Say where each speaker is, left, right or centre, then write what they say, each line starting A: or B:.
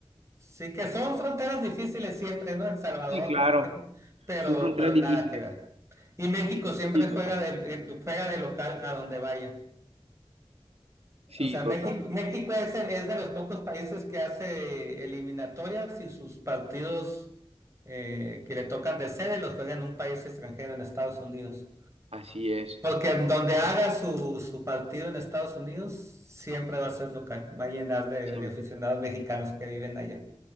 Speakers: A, on the right; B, on the right.
A: Sí que son fronteras difíciles siempre, ¿no? El Salvador,
B: Sí, claro,
A: por ejemplo, pero,
B: son fronteras
A: pero
B: difíciles.
A: nada que ver. Y México siempre
B: Sí, total.
A: juega de, eh, juega de local a donde vaya.
B: Sí,
A: O sea,
B: total.
A: México, México es, el- es de los pocos países que hace eliminatorias y sus partidos eh, que le tocan de sede los juega en un país extranjero, en Estados Unidos.
B: Así es.
A: Porque en donde haga su, su partido en Estados Unidos, siempre va a ser local, va a llenar de
B: Siempre.
A: de aficionados mexicanos que viven allá.